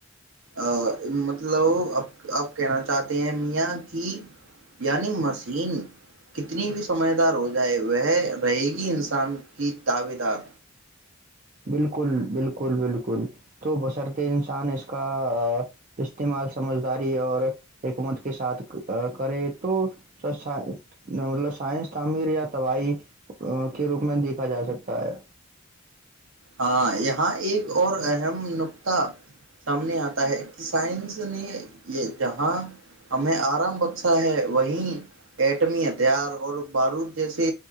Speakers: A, on the right; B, on the right.
A: ا مطلب اب آپ کہنا چاہتے ہیں میاں کی یعنی مشین کتنی بھی سمجھدار ہو جائے وہ رہے گی انسان کی تاب دار
B: بالکل بالکل بالکل تو بصرط انسان اس کا استعمال سمجھداری اور حکمت کے ساتھ کرے تو مطلب سائنس تعمیر یا توباہ کے روپ میں دیکھا جا سکتا ہے
A: ہاں یہاں ایک اور اہم نکتہ سامنے آتا ہے کہ سائنس نے یہ جہاں ہمیں آرام بخشا ہے وہیں ایٹمی ہتھیار اور بارود جیسے